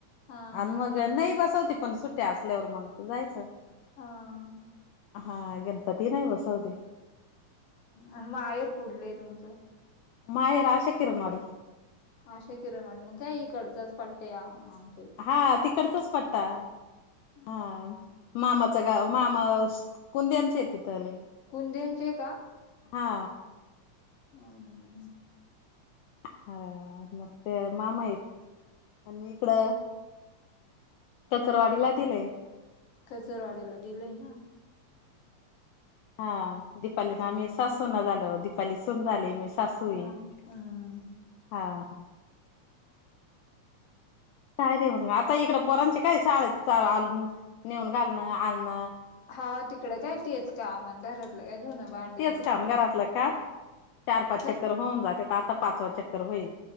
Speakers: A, on the left; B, on the left.
A: हा
B: आणि
A: हा
B: मग नाही बसवते पण सुट्ट्या असल्या वर मग जायच
A: हां
B: हा गणपती नाही बसवते
A: आणि मायर कुडलंय तुमचं
B: माहेर आशे किरणवाडी
A: अशा किरणवाडी मग काय हिकडचाच पट्या हा आम
B: हा तिकडचाच पट्टा
A: हम्म
B: हा. मामाच गाव मामा कुद्यांचेतथले.
A: कुद्यांचे का.
B: हा.
A: हं.
B: हा मग ते मामायेत आणि इकडं. त्यातरवाडीला दिलेय.
A: कचरवाडीला दिलंय ना.
B: हा दिपालीने आम्ही सासूना झालो दीपाली सून झाली मी सास सुई
A: ह हम्म
B: हा हा. काय रे मंग आता इकडं पोरांचे काय शाळेत नेऊन घालणं आणणं.
A: हा तिकडं कायतीच कामण घरातलं काय धुन भांडीन
B: तेच
A: झालं.
B: काम घरातलं काम चार पाच
A: स
B: चक्कर होऊन जाते आता पाचवा चक्कर होईल.